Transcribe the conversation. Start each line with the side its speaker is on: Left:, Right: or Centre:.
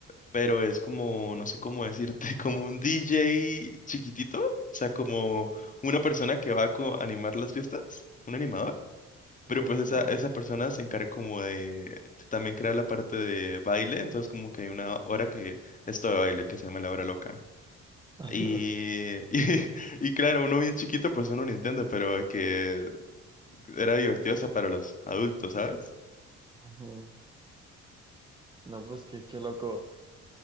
Left: pero es como, no sé cómo decirte, <laughs> como un DJ chiquitito, o sea, como una persona que va a co- animar las fiestas, un animador,
Right: pues
Left: pero
Right: un
Left: pues
Right: animador.
Left: esa, esa persona se encarga como de, también crear la parte de baile, entonces como que hay una hora que, esto de baile que se llama la hora loca.
Right: Ayuda.
Left: Y, <laughs> y, y claro, uno bien chiquito, pues uno no entiende, pero que Era divertido hasta para los adultos, ¿sabes?
Right: <laughs> Ujú. No, pues qué, qué loco.